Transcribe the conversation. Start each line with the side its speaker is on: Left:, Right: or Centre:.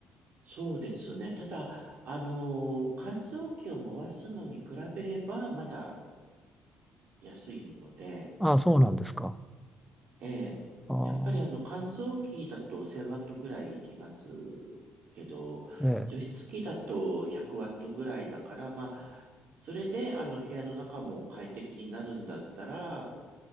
Right: そうですね。ただ、あのー乾燥機を回すのに比べれば、まだ安いので、
Centre: ああ、そうなんですか。
Right: ええ。
Centre: ああ、
Right: やっぱりあの乾燥機だと1000ワットぐらいいきますけど、
Centre: ええ。
Right: 除湿機だと100ワットぐらいだから、まあ、それであの部屋の中も快適になるんだったら、